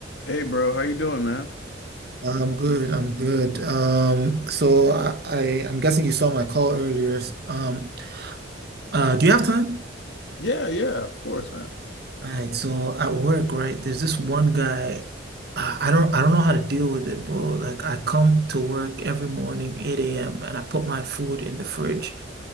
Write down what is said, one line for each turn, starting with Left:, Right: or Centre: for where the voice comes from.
Left: Hey bro, how you doing, man?
Right: I'm good. I'm good. Um, so I, I I'm guessing you saw my call earlier. Um, uh, do you have time?
Left: Yeah, yeah, of course, man.
Right: All right. So at work, right? There's this one guy. I, I don't I don't know how to deal with it, bro. Like I come to work every morning, 8 a.m. and I put my food in the fridge.